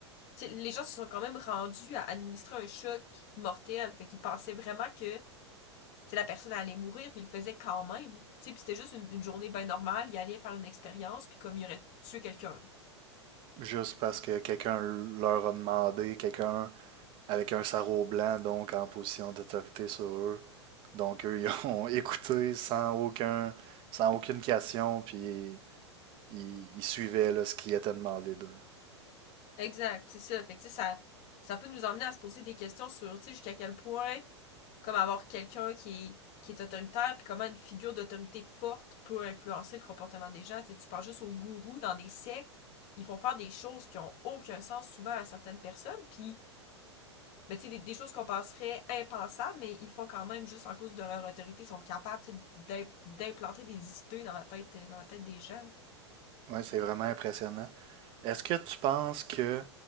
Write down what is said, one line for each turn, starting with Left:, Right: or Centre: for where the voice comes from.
Left: tu sais, les gens se sont quand même rendus à administrer un choc mortel, fait qu'ils pensaient vraiment que sais, la personne allait mourir, puis il le faisait quand même. Tu sais, puis c'était juste une, une journée bien normale, il allait faire une expérience, puis comme il aurait tué quelqu'un.
Right: Juste parce que quelqu'un leur a demandé, quelqu'un avec un sarrau blanc, donc en position d'autorité sur eux. Donc eux, <laughs> ils ont écouté sans aucun sans aucune question, puis ils, ils suivaient là, ce qui était demandé d'eux.
Left: Exact, c'est ça. Fait que tu ça, ça peut nous emmener à se poser des questions sur, tu jusqu'à quel point, comme avoir quelqu'un qui est, qui est autoritaire, puis comment une figure d'autorité forte peut influencer le comportement des gens. Tu sais, tu penses juste aux gourous dans des sectes, ils font faire des choses qui ont aucun sens souvent à certaines personnes, puis ben, tu sais, des, des choses qu'on penserait impensables, mais ils font quand même juste en cause de leur autorité, ils sont capables tu sais, d'implanter des idées dans la tête, dans la tête des gens.
Right: Ouais, c'est vraiment impressionnant. Est-ce que tu penses que